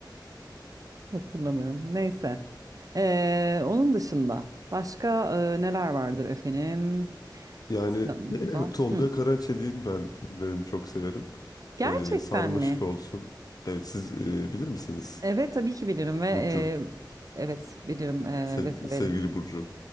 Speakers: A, on the right; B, on the left.
A: Hatırlamıyorum. Neyse. Ee, onun dışında başka e, neler vardır efendim?
B: Yani
A: İstanbul'dan.
B: <clears throat> Tolga
A: Hı.
B: Karaçelik'in ben filmlerini çok severim.
A: Gerçekten
B: Ee, Sarmaşık
A: mi?
B: olsun. Evet siz e, bilir misiniz?
A: Evet tabii ki bilirim ve e,
B: Burcu.
A: evet bilirim e,
B: Sevgili,
A: ve severim.
B: sevgili Burcu.